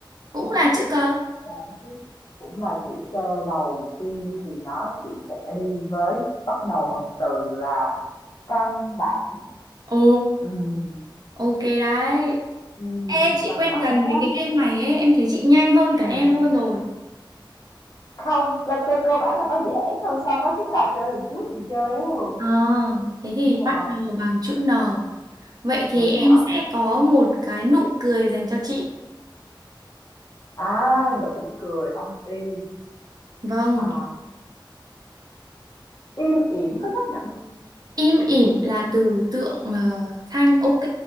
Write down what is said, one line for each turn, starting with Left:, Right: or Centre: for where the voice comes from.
Right: cũng là chữ cờ.
Left: gắng sức cũng là chữ C đầu tiên thì nó chỉ sẽ đi với bắt đầu bằng từ là căn bản,
Right: Ồ,
Left: Ừm,
Right: ok đấy.
Left: ừm,
Right: Ê, chị
Left: căn
Right: quen
Left: bản
Right: dần
Left: thôi,
Right: với cái game này ấy, em thấy chị nhanh hơn
Left: Ừm,
Right: cả em luôn rồi.
Left: không, cơ cơ cơ bản là nó dễ hơn so với cái trò chơi lần trước mình chơi á Hường.
Right: À, thế thì
Left: Ờ,
Right: bắt đầu bằng chữ N. Vậy thì
Left: đúng
Right: em
Left: rồi,
Right: sẽ có một cái nụ cười dành cho chị.
Left: à, nụ cười âm y,
Right: Vâng,
Left: à. Im ỉm có chấp nhận được không?
Right: Im ỉm là từ tượng ờ, thanh ok.